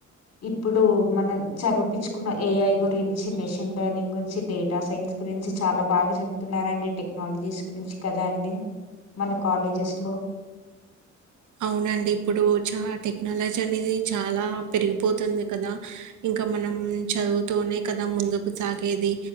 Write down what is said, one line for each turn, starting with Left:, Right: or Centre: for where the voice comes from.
Left: ఇప్పుడు మనం చదువుపిచుకున్న ఏఐ గురించి, నేషనల్ టర్నింగ్ గురించి డేటా సైన్స్ గురించి, చాలా బాగా జెప్తున్నారండి. టెక్నాలజీస్ గురించి కదా అండి, మన కాలేజెస్ హలో
Right: అవునండి ఇప్పుడు చ్చా టెక్నాలజీ అనేది. చాలా పెరిగిపోతుంది కదా ఇంకా, మనం చదువుతోనే కదా ముందుకు సాగేది.